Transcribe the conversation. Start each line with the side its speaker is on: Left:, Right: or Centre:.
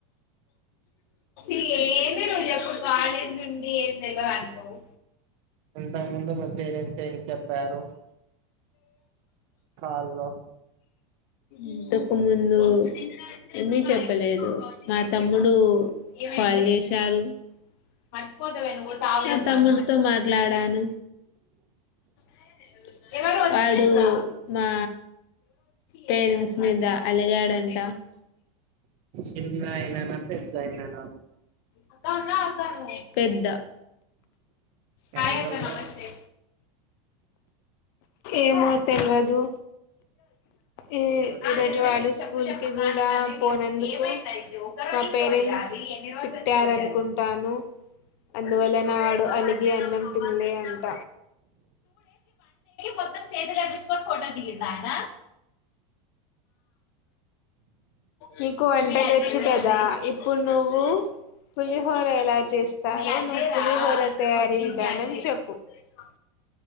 Left: ఇ ఏంది నువ్వు చెప్పు, గారెలా పిండి ఎం తెలువదాంటావ్.
Right: ఇంతకు ముందు, మీ పేరెంట్స్ ఏం చెప్పారు. కాల్లో
Left: ఇంతకు ముందు. ఏమీ చెప్పలేదు, మా తమ్ముడు కాల్ చేశారు. మా తమ్ముడితో మాట్లాడాను. <inaudible> వాడు మా. పేరెంట్స్ మీద, అలిగాడంట.
Right: చిన్న అయినా, పెద్ద అయినా.
Left: అక్క పెద్ద. హాయ్
Right: ఎందుకు.
Left: అక్క నమస్తే ఏమో తెలువదు. ఈ
Right: మీకెవరు
Left: ఈ
Right: చెప్పారు
Left: రోజు, వాడు స్కూల్ కి కూడా, పోనందుకు మా పేరెంట్స్. కుట్టారనుకుంటాను. అందువలన, అడు అలిగి అన్నం, తిన్లే అంట. కొత్త స్టేటస్ ఎపించుకొని, ఫోటో దిగిండాట. నీకు వంట చేవొచ్చు కదా ఇప్పుడు నువ్వు పులిహోర ఎలా చేస్తారో నువ్వు పులిహోర తయారీ విధానం చెప్పు ఆ